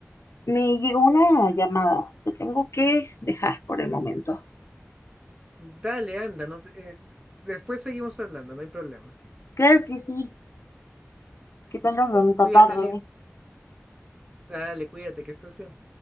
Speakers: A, on the left; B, on the right.
A: me llegó una llamada, te tengo que dejar por el momento.
B: Dale, anda, no te- eh, después seguimos hablando, no hay problema.
A: Claro que sí, que tengas bonita
B: Cuídate,
A: tarde.
B: Liz, dale, cuídate, que estés bien.